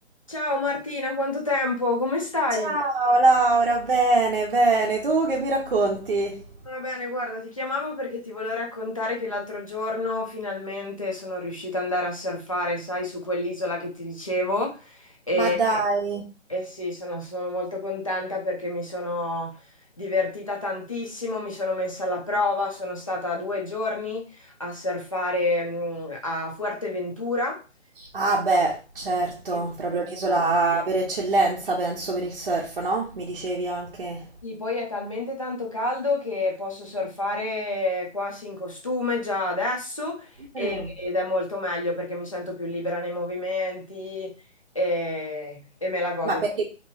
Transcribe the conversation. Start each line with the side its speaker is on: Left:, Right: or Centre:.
Left: Ciao Martina, quanto tempo? Come stai?
Right: Ciao Laura, bene, bene, tu che mi racconti?
Left: Va bene, guarda, ti chiamavo perché ti volevo raccontare che l'altro giorno finalmente sono riuscita ad andare a surfare, sai, su quell'isola che ti dicevo. E,
Right: Ma dai.
Left: e sì, sono, sono molto contenta perché mi sono divertita tantissimo, mi sono messa alla prova, sono stata due giorni a surfare, mm, a Fuerteventura.
Right: Ah
Left: e-
Right: beh, certo,
Left: ed è
Right: proprio
Left: impressionante.
Right: l'isola per eccellenza, penso, per il surf, no? Mi dicevi anche.
Left: Sì, poi è talmente tanto caldo che posso surfare quasi in costume già adesso e-
Right: Mm.
Left: ed è molto meglio perché mi sento più libera nei movimenti e, e me la godo.
Right: Ma perché,